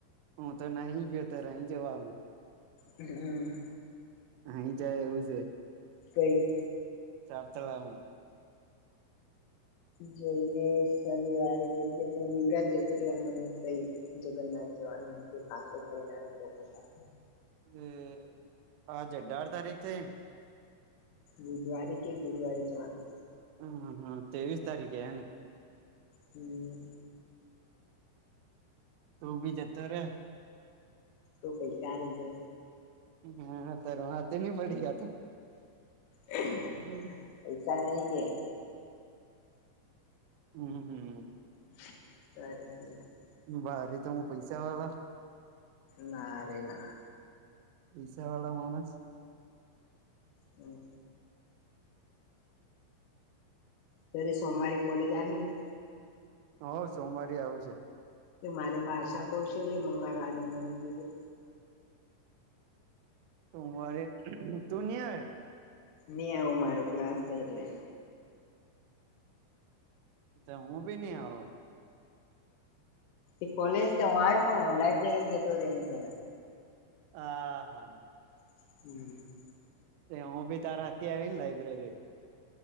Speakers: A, on the right (about 85°); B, on the left (about 80°).
A: હુ તો નહી ગયો તો રહી જવાનો
B: હમ્મ.
A: અહી જાય એવું છે.
B: કઈ
A: સાત તળાવમાં
B: જોઈએ શનિવારે જઈએ પણ યુવરાજ જતો રેવાનો તો હતો જગન્નાથ જવાનું તે પાછો ફરીને આયો તો <unintelligible>
A: હમ્મ આજે અઢાર તારીખ થઈ
B: બુધવારે કે ગુરુવારે જવાના
A: હમ્મ હમ્મ ત્રેવીસ તારીખે હે ને
B: હમ્મ.
A: તું બી જતો રે
B: તો પૈસા આલ જઉ
A: હા હા તો રવાના થઈ પડી ગયા તો
B: <inaudible>
A: હમ
B: પૈસાા નહિ કે
A: હમ્મ હમ્મ.
B: સરસ
A: બારે તો હું પૈસા વાળા
B: ના રે ના
A: પૈસા વાળા માણસ
B: હમ્મ. પેલી સોમવારે કોલેજ આવી ગી
A: હઓ સોમવારે આવસે
B: કે મારે ભાષા કૌશલ્ય મંગળવારની મનતી છે
A: સોમવારે તું નહીં આવે
B: નહી આવું મારો ક્લાસ છે એટલે
A: તે હું ભી નહીં આવું
B: એ કોલેજ તો હું આવી પણ હું લાઈબ્રેરીમાં જતો રે એમ કઉ
A: હા હા
B: <inaudible>
A: એ હું બી તારા હાથે આવી ને લાયબ્રેરીમા